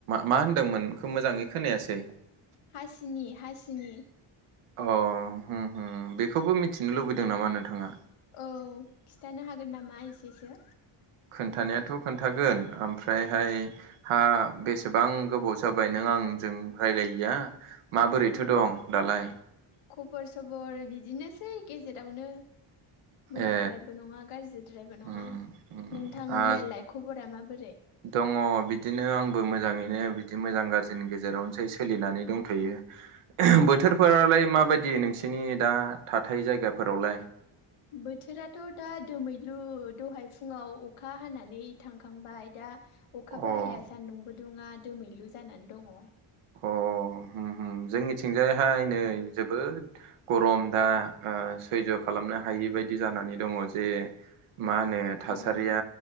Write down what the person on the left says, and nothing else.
हासिनि हासिनि
औ खिथानो हागोन नामा एसेसो
औ
खबर सबर बिदिनोसै गेजेरावनो मोजांद्रायबो
नङा गाज्रिद्रायबो नङा
नोंथांनियालाय
खबरा माबोरै
अ
बोथोराथ' दा दोमैलु दहाय फुङाव अखा हानानै थांखांबाय दा अखाबो
हाया सान्दुंबो दुङा दोमैलु जानानै दङ
ओम